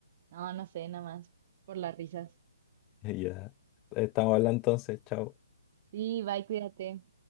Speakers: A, on the right; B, on the left.
A: No, no sé, nada más. Por las risas.
B: Ya, estamos hablando entonces, chao.
A: Sí, bye, cuídate.